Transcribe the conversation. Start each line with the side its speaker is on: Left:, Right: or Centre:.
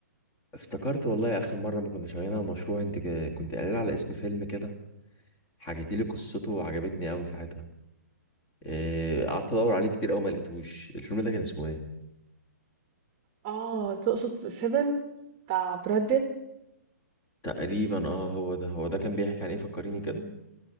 Left: افتكرت والله اخر مره ما كنا شغالين على مشروع انت ك- كنت قايل على اسم فيلم كده حكيتي لي قصته وعجبتني قوي ساعتها إيه، قعدت ادور عليه كتير قوي ما لقيتهوش الفيلم ده كان اسمه ايه
Right: اه تقصد سيفن بتاع براد بيت
Left: تقريبا اه هو ده هو ده كان بيحكي عن ايه فكريني كده